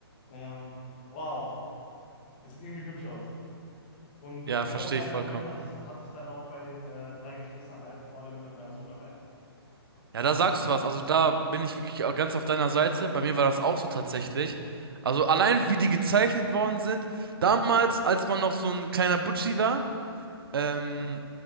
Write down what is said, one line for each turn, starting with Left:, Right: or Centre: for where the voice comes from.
Left: ähm, wow, es sieht irgendwie hübsch aus. Und
Right: Ja,
Left: genau
Right: verstehe
Left: so einen
Right: ich vollkommen.
Left: Moment hatte, ich- hatte ich dann auch bei den äh, drei Geschwistern halt, vor allem äh, bei Azula halt.
Right: Ja,
Left: Und
Right: da sagst
Left: äh,
Right: du was. Also da bin ich wirklich auch ganz auf deiner Seite. Bei mir war das auch so tatsächlich. Also allein wie die gezeichnet worden sind. Damals, als man noch so ein kleiner Butschi war, ähm,